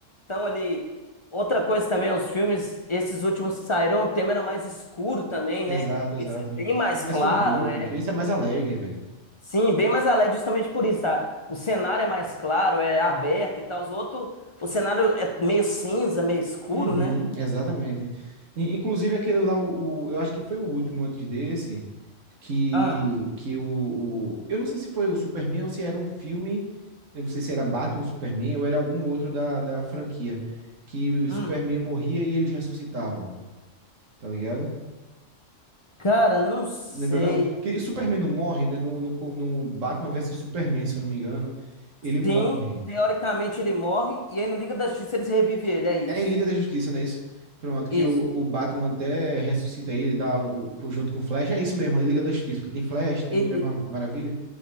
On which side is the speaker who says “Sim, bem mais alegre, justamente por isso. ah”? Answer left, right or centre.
Left